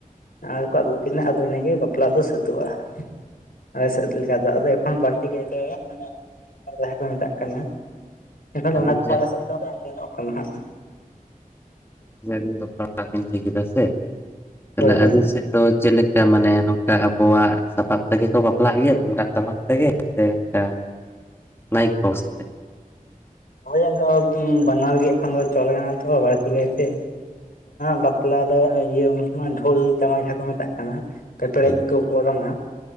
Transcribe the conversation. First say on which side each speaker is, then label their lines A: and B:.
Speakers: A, on the left; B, on the left.
A: ᱟᱨ ᱠᱚ ᱟᱹᱜᱩ ᱠᱤᱱᱟ ᱟᱫᱚ ᱤᱱᱟᱹᱜᱮ ᱵᱟᱯᱞᱟ ᱫᱚ ᱥᱟᱹᱛᱟᱹᱜᱼᱟ ᱟᱞᱮ ᱥᱮᱫ ᱞᱮᱠᱟ ᱫᱚ ᱟᱫᱚ ᱮᱠᱷᱚᱱ ᱵᱟᱹᱲᱛᱤ ᱜᱮ ᱜᱤᱫᱟᱹ ᱯᱟᱲ ᱠᱚ ᱢᱮᱛᱟᱜ ᱠᱟᱱᱟ ᱮᱱᱠᱷᱟᱱ
B: ᱟᱹᱵᱤᱱ
A: ᱚᱱᱟ ᱠᱚ
B: ᱡᱮ
A: ᱟᱞᱮ ᱥᱮᱫ ᱫᱚ ᱵᱟᱹᱲᱛᱤ ᱧᱮᱞᱚᱜ ᱠᱟᱱᱟ ᱦᱟᱸᱜ
B: ᱢᱮᱱ ᱫᱟ. ᱧ ᱵᱟᱯᱞᱟ ᱚᱲᱟᱜ ᱵᱤᱱ ᱞᱟᱹᱭ ᱠᱮᱫᱟ ᱥᱮ ᱛᱟᱦᱚᱞᱮ
A: ᱦᱳᱭ ᱦᱳᱭ
B: ᱟᱹᱵᱤᱱ ᱥᱮᱫ ᱫᱚ ᱪᱮᱫ ᱞᱮᱠᱟ ᱢᱟᱱᱮ ᱱᱚᱝᱠᱟ ᱟᱵᱚᱣᱟᱜ ᱥᱟᱯᱟᱵ ᱛᱮᱜᱮ ᱠᱚ ᱵᱟᱯᱞᱟᱜ ᱜᱮᱭᱟ ᱛᱩᱢᱫᱟᱜ ᱴᱟᱢᱟᱠ ᱛᱮᱜᱮ? ᱚᱱᱠᱟ ᱢᱟᱭᱤᱠ <inaudible> ᱥᱟᱛᱮ
A: ᱦᱳᱭᱳᱜ ᱫᱚ ᱵᱟᱱᱟᱨ ᱜᱮ ᱠᱷᱚᱱ ᱫᱚ ᱪᱟᱞᱟᱜ ᱠᱟᱱᱟ ᱛᱚ ᱵᱟᱹᱲᱛᱤ ᱠᱟᱭᱛᱮ <inaudible> ᱵᱟᱯᱞᱟ ᱟᱫᱚ ᱤᱭᱟᱹ ᱩᱱ ᱥᱚᱢᱚᱭ ᱰᱷᱳᱞ ᱴᱟᱢᱟᱠ ᱡᱟᱦᱟᱸ ᱠᱚ ᱢᱮᱛᱟᱜ ᱠᱟᱱᱟ ᱯᱮᱯᱮᱲᱮᱡ
B: ᱦᱳᱭ
A: ᱠᱚᱠᱚ ᱚᱨᱚᱝᱟ